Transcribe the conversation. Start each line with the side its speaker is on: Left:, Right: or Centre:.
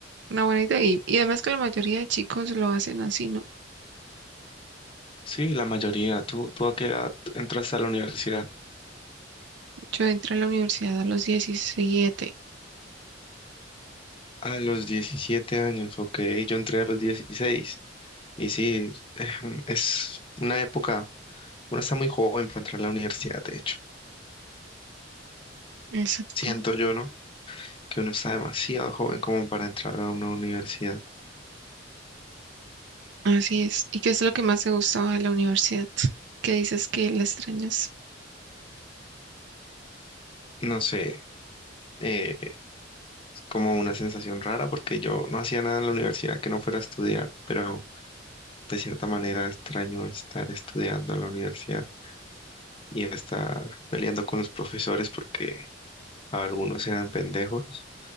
Right: una buena idea. Y, y además que la mayoría de chicos lo hacen así, ¿no?
Left: Sí, la mayoría. ¿Tú, tú a qué edad entraste a la universidad?
Right: Yo entré a la universidad a los diecisiete
Left: A los 17 años, ok, yo entré a los 16. y sí, eh, es una época, uno está muy joven para entrar a la universidad, de hecho.
Right: Exacto.
Left: Siento yo, ¿no? Que uno está demasiado joven como para entrar a una universidad.
Right: Así es. ¿Y qué es lo que más te gustaba de la universidad? ¿Qué dices que la extrañas?
Left: No sé, eh, es como una sensación rara porque yo no hacía nada en la universidad que no fuera a estudiar, pero de cierta manera extraño estar estudiando en la universidad y estar peleando con los profesores porque algunos eran pendejos,